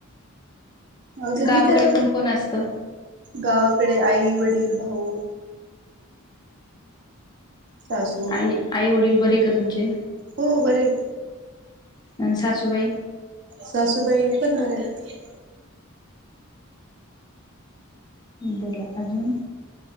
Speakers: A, on the right; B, on the left.
A: अजून
B: गावाकडे
A: विचार
B: कोण कोण असतं
A: गावाकडे आई वडील भाऊ सासू
B: आई आई वडील बरे का तुमचे
A: हो बरे
B: अ सासुबाई
A: सासूबाई पण बरे आहे
B: बोला अजून